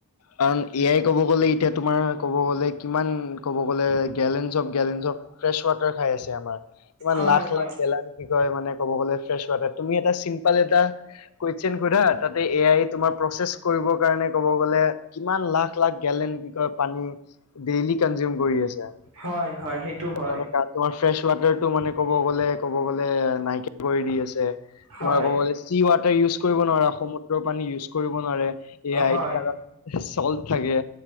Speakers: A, on the left (about 75°); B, on the right (about 85°).
A: কাৰণ এ আই ক'ব গ'লে এতিয়া তোমাৰ ক'ব গ'লে, কিমান ক'ব গ'লে, gallons of gallons of fresh water খাই আছে আমাৰ ইমান
B: হয়
A: লাখ-
B: হয়
A: লাখ গেলান কি কয় মানে ক'ব গ'লে ফ্ৰেছ ৱাটাৰ তুমি এটা চিম্পল এটা কোৱেশ্যন সোধা তাতে এ আই তোমাৰ প্ৰচেচ কৰিবৰ কাৰণে ক'ব গ'লে কিমান লাখ -লাখ গেলেন কি কয় পানী ডেইলি কনজিউম কৰি আছে।
B: হয়-হয় সেইটো হয়।
A: তেনেকা তোমাৰ ফ্ৰেছ ৱাটাৰটো মানে ক'ব গ'লে -ক'ব গ'লে নাইকিয়া কৰি দি আছে। তোমাৰ
B: হয়
A: ক'ব গলে চি ৱাটাৰ ইউজ কৰিব নোৱাৰা সমুদ্ৰৰ পানী ইউজ কৰিব নোৱাৰে এই আইত
B: হয়
A: কাৰণ চল্ট থাকে,